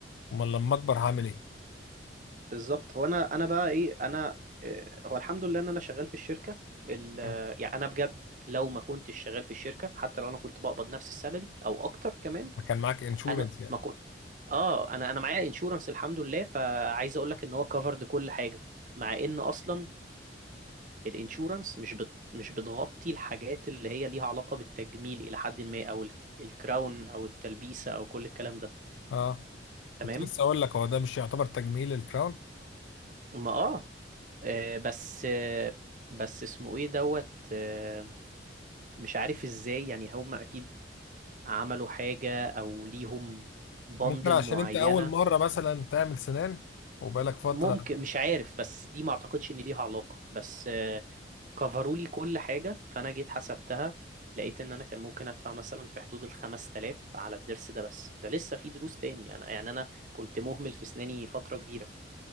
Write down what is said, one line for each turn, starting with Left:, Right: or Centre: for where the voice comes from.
Left: امال لما اكبر هعمل ايه
Right: بالظبط هو انا انا بقى ايه انا آه، هو الحمد لله ان انا شغال في الشركه ال- آه،
Left: مم.
Right: يعني انا بجد لو ما كنتش شغال في الشركه حتى لو انا كنت بقبض نفس السالري او اكتر كمان
Left: ما كان معاك انشورنس
Right: انا
Left: يعني
Right: ما كنت اه انا انا معايا انشورنس الحمد لله فعايز اقول لك ان هو كفرد كل حاجه مع ان اصلا الانشورنس مش بت مش بتغطي الحاجات اللي هي ليها علاقه بالتجميل الى حد ما او ال- الكراون او التلبيسه او كل الكلام ده
Left: اه كنت
Right: تمام
Left: لسه اقول لك هو ده مش يعتبر تجميل الكراون
Right: ما اه آه، بس آه، بس اسمه ايه دوت آه، مش عارف ازاي يعني هم اكيد عملوا حاجة او ليهم بندل
Left: ممكن عشان
Right: معينة
Left: انت اول مره مثلا تعمل سنان وبقالك فتره
Right: ممكن مش عارف بس دي ما اعتقدش ان ليها علاقة بس آه، كفروا لي كل حاجة فانا جيت حسبتها لقيت ان انا كان ممكن ادفع مثلا في حدود ال 5000 على الضرس ده بس ده لسه في دروس تاني انا يعني انا كنت مهمل في اسناني فترة كبيرة